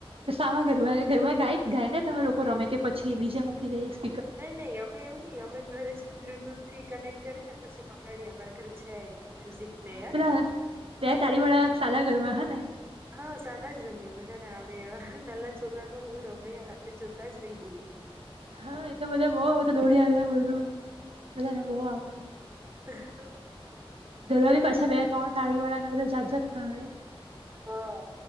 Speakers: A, on the right; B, on the right.
A: તો સામા ગરબા ગરબા ગાય ગાયને તમે લોકો રમે કે પછી બીજે મૂકી દઈશ.
B: નઈ, નહીં, અમે એવું નહી, અમે. ઘરે છે ને બ્લુટૂથ થી કનેક્ટ કરી ને પછી વગાડી, અમારા ઘરે છે. મ્યુઝિક પ્લેયર
A: હા, પેલા બે તારી વાળા સાદાગર મા હમણાં. <inaudible>
B: હા, સાદા જ રમીએ, બધાને આવડે. એ નાના છોકરા તો હું રમવા યાર આપડણે જોતા જ રહી જઈએ.
A: હા, એ તો બધા બઉ દોડી આવ્યા, બધું. બધાને બહુ આવડે.
B: હ.
A: ઘરવાળી પાછા બે ત્રણ તાળી વાળા ને બધા જાગજાત ના આવે.
B: હા